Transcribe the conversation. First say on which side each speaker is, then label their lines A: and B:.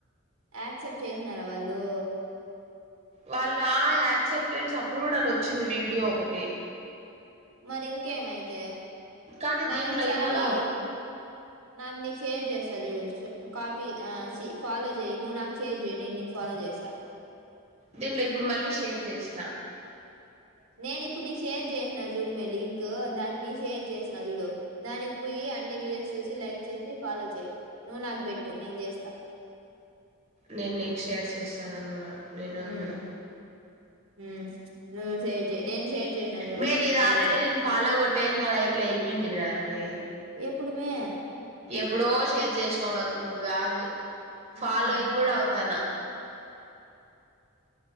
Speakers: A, on the right; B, on the right.
A: యాక్సెప్ట్ చేసినార వాళ్ళూ
B: వాళ్ళ ఆ యాక్సెప్టెన్స్ అప్రూవ్డ్ అని వచ్చింది వీడియో ఒకటి
A: మరి ఇంకెమైతే
B: కానీ
A: నాది
B: దీంట్లో
A: ఒకసారి
B: ఇవ్వలా
A: నాది నీకు షేర్ చేస్తా తదు చూడు కాపీ ఆ చి ఫాలో చేయ్ నువ్వు నాకు షేర్ చేయ్ నెను నీకు ఫాలో చేస్తా
B: దీంట్లో ఇప్పుడు మళ్ళీ షేర్ జెసిన
A: నేను ఇప్పుడు నీ షేర్ జేసిన చూడమే లింక్ క్ దాన్ని షేర్ చేసిన చడు దానికి పోయి అన్ని వీడియోస్ చూసి లైక్ చేసి ఫాలో చేయి నువ్వు నాకు బెట్టు నేను చేస్తా
B: నేను నీకు షేర్ చేసనా క కూడా నేను
A: ఉమ్
B: కూడా
A: ఉమ్ నువు షేర్ చేయ్ నేను షేర్ చేసినా చూడు
B: మే ఇది
A: ఫాలో
B: ఆల్రెడీ
A: చెయ్
B: నేను ఫాలో కొట్టేసి నా లైక్లు అయిపోయింది మే నాకి
A: ఎప్పుడు మే
B: ఎప్పుడో షేర్ చేసినవు నాకు ఇప్పుడు గాదు
A: హ్మ్.
B: ఫాలోయింగ్ గుడా అవుతాన్నా